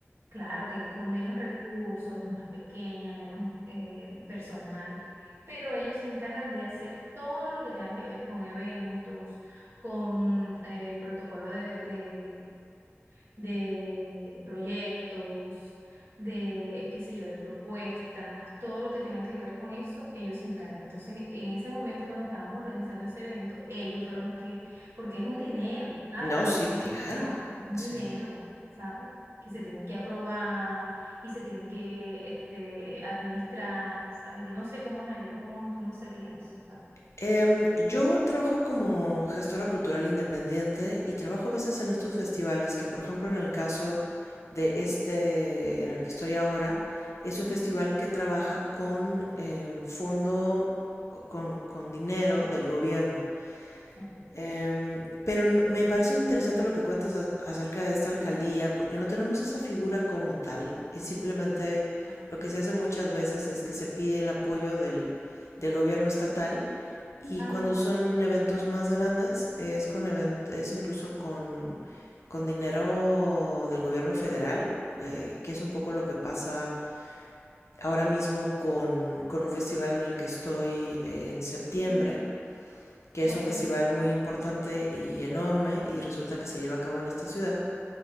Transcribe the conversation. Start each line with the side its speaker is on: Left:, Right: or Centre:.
Right: Claro que con menos recursos, es más pequeña, menos eh, personal, pero ellos se encargan de hacer todo lo que tenga que ver con eventos, con eh, protocolo de, de de proyectos, de, qué sé yo, de propuestas, todo lo que tenga que ver con eso, ellos se encargan. Entonces, en ese momento cuando estábamos organizando ese evento, ellos fueron los que, porque es un dinero, ¿sabes?
Left: no,
Right: Que
Left: sí,
Right: ellos tienen
Left: claro,
Right: que pagar, es un
Left: sí.
Right: dinero, ¿sabes? que se tiene que aprobar y se tiene que este, administrar, ¿sabes? Yo no sé cómo es allá, cómo, cómo sería eso.
Left: Em, yo trabajo como gestora cultural independiente y trabajo a veces en estos festivales que, por ejemplo, en el caso de este en el que estoy ahora, es un
Right: Ujú.
Left: festival que trabaja con em, fondo, con, con dinero del gobierno.
Right: Ok.
Left: Em, pero n- me parece muy interesante lo que cuentas a- acerca de esta alcaldía, porque no tenemos esa figura como tal. Es simplemente
Right: Ah,
Left: lo
Right: ok.
Left: que se hace muchas veces es que se pide el apoyo del, del gobierno estatal y
Right: Ah,
Left: cuando son eventos más grandes es con event- es incluso con, con dinero del gobierno federal, eh, que es un poco lo que pasa ahora mismo con, con un festival en el que estoy eh, en septiembre
Right: ujú,
Left: que es
Right: ok.
Left: un festival muy importante y enorme y resulta que se lleva a cabo en esta ciudad.